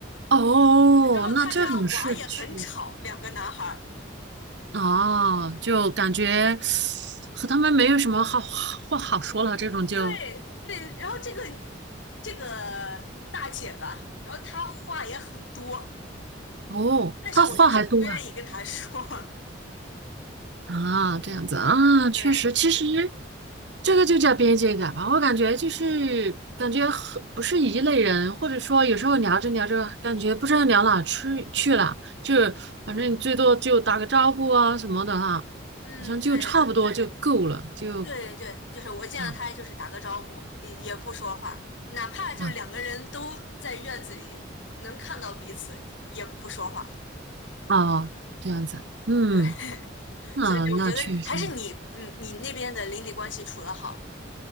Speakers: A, on the right; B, on the left.
A: 哦，
B: 然后她家娃也很吵，
A: 那这种事情
B: 两个男孩儿。
A: 啊，就感觉和他们没有什么好话好说了，这种就
B: 对对，然后这个这个大姐吧，然后她话也很多，
A: 哦，
B: 但是我就是不愿意跟她说。
A: 他话还多啊。啊，这样子啊，确实，
B: <laughs> 对，
A: 其实这个就叫边界感吧。我感觉就是感觉很不是一类人，或者说有时候聊着聊着，感觉不知道聊哪去去了，就是反正最多就打个招呼啊什么的哈，
B: 嗯，
A: 好像就差不多就够了，
B: 对。
A: 就
B: 对对，就是我见到他就是打个招呼，
A: 这样
B: 也也不说话，哪怕就是两个人都在院子里能看到彼此，
A: 啊
B: 也不说话。
A: 啊这样子，嗯，
B: 对，<laughs>
A: 那那确实。
B: 所以我觉得还是你，你你那边的邻里关系处得好，